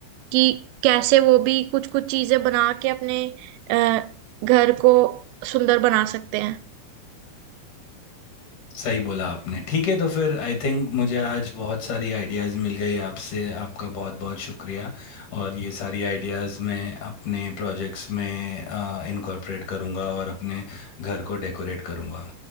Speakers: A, on the right; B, on the left.
A: कि कैसे वो भी कुछ कुछ चीजें बना के अपने अ, घर को सुंदर बना सकते हैं
B: सही बोला आपने ठीक है तो फिर आई थिंक मुझे आज बहुत सारी आइडियाज़ मिल गई आपसे आपका बहुत बहुत शुक्रिया और ये सारी आइडियाज़ मैं अपने प्रोजेक्ट्स में इनकॉर्पोरेट करूँगा और अपने घर को डेकोरेट करूँगा